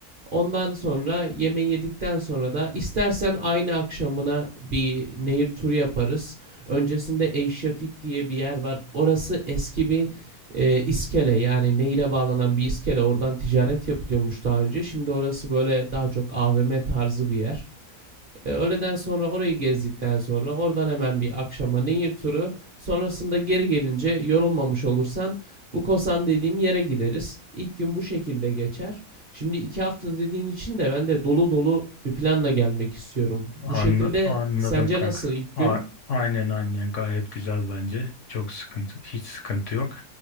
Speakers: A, on the right (about 45°); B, on the left (about 65°).
A: Ondan sonra yemeği yedikten sonra da istersen aynı akşamına bir nehir turu yaparız. Öncesinde Eşyatik diye bir yer var. Orası eski bir e, iskele yani nehire bağlanan bir iskele. Oradan ticaret yapılıyormuş daha önce. Şimdi orası böyle daha çok AVM tarzı bir yer. E, öğleden sonra orayı gezdikten sonra oradan hemen bir akşama nehir turu. Sonrasında geri gelince yorulmamış olursan bu Kosan dediğim yere gideriz. İlk gün bu şekilde geçer. Şimdi iki hafta dediğin için de ben de dolu dolu bir planla gelmek istiyorum. Bu
B: Anlı-
A: şekilde
B: anladım
A: sence
B: kanka.
A: nasıl ilk
B: A-
A: gün?
B: aynen aynen gayet güzel bence. Çok sıkıntı, hiç sıkıntı yok.